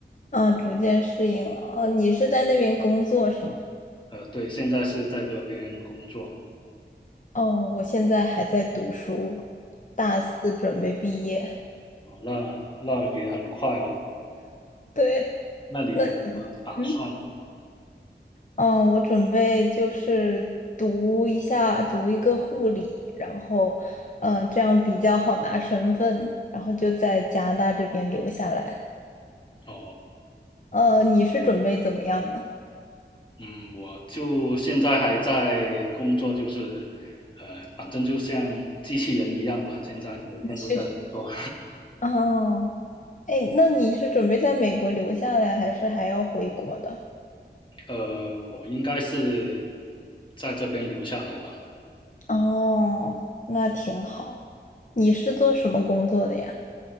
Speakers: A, on the left (about 40°); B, on the left (about 25°).
A: 啊，逐渐适应了。哦，你是在那边工作是吗？
B: 呃，对，现在是在这边工作，
A: 哦，我现在还在读书，大四准备毕业。
B: 哦，那那也很快了。
A: 对，
B: 那你有什么打算？
A: 那。嗯。嗯，我准备就是读一下，读一个护理，然后，嗯，这样比较好拿身份，然后就在加拿大这边留下来。
B: 哦，
A: 呃，你是准备怎么样呢？
B: 嗯，我就现在还在工作，就是，呃，反正就像机器人一样吧，现在每天都在工作。
A: <laughs> 其去。哦，哎，那你是准备在美国留下来，还是还要回国的？
B: <laughs> 呃，我应该是在这边留下来吧。
A: 哦，那挺好。你是做什么工作的呀？